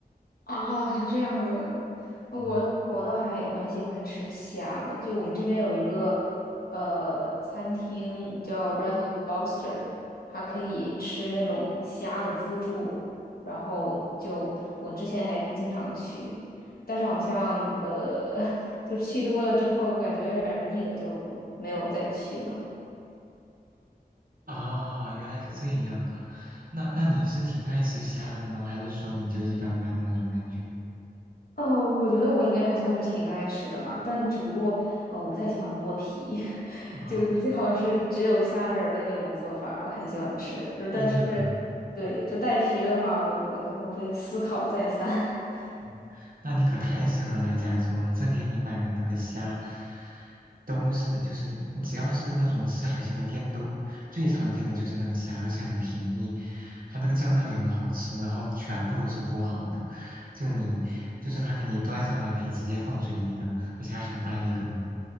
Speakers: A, on the left; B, on the right.
A: 啊，还这样子，呃我我倒还蛮喜欢吃虾的。
B: 嗯。
A: 就我们这边有一个呃餐厅叫 Red Lobster，它可以吃那种虾的自助，然后就我之前还经常去，但是好像呃 <laughs> 就去多了之后感觉有点儿腻了，就没有再去了。
B: 啊，原来是这样啊。那那你是挺爱吃虾的吗？还是说你就一般般的那种感觉？
A: 哦，我觉得我应该还算是挺爱吃的吧，但只不过呃，我不太喜欢剥皮，<laughs>
B: 啊，
A: 就是最好是只有虾仁儿的那种做法，我很喜欢吃。如但是，
B: 那你可，嗯
A: 对，就带皮儿的话，我我会我会思考再三。<laughs>
B: 嗯，那你可太适合来加州了。这边你买的那个虾，都是就是你只要是那种吃海鲜的店，都最常见的就是那个虾，而且很便宜。它那个酱料也很好吃，然后全部都是剥好的，就你就是他给你端上来可以直接放嘴里的，而且还很大一根。